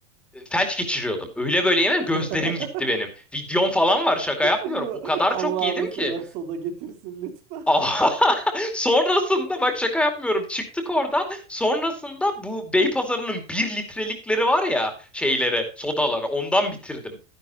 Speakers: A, in the centre; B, on the right.
A: e, felç geçiriyordum. Öyle böyle yemem
B: <laughs>
A: gözlerim gitti benim. Videom falan var şaka yapmıyorum.
B: Seni mi?
A: O kadar
B: Allah'ını
A: çok yedim ki.
B: sever soda getirsin lütfen.
A: Aha! <laughs> Sonrasında bak şaka yapmıyorum. Çıktık oradan. Sonrasında bu Beypazarı'nın bir litrelikleri var ya şeyleri, sodaları ondan bitirdim.